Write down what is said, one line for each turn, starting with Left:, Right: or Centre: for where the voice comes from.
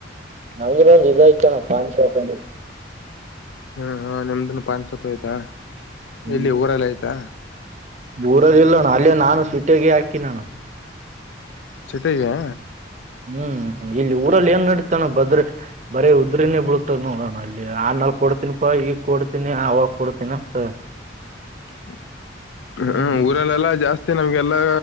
Right: ಅವರ ರಿಸಲ್ಟ್ ಚಾನಲ್ ಸಾಂಗ್ ಚಾಟಲ್ಲಿ.
Left: ಹ್ಮ್ ಹಾ ನಮ್ದುಲಿ ಪಾನ್ ಸತ್ತೋಯ್ತಾ
Right: ಹ್ಮ್
Left: ಎಲ್ಲಿ ಊರಲ್ ಐಯ್ತಾ.
Right: ಊರಲ್ಲಿ ಇಲ್ಲಣ್ಣ ಅಲ್ಲೆ ನಾನು ಸ್ಟುಟಗೆ ಹಾಕಿಲ್ಲಣ.
Left: ಸ್ವೀಟೆಗಾ
Right: ಹ್ಮ್ ಇಲ್ಲಿ ಊರಲ್ಲಿ ಏನ್ ನಡೀತಾನ ಬದ್ರೆ ಬರೇ ಉದ್ರಿನೇ ಬೀಳತದ ನೋಡೋಣ ಅಲ್ಲಿ. ನಾವು ಕೊಡ್ತೀನಿ ಪಾ ಈಗ ಕೊಡ್ತೀನಿ ಆವಾಗ ಕೊಡ್ತೀನಿ ಅಂತ
Left: ಹ್ಮ ಹ
Right: ಹ್ಮ್
Left: ಹಾ ಊರಲ್ಲೆಲ್ಲಾ ಜಾಸ್ತಿ ನಮ್ಗೆಲ್ಲಾ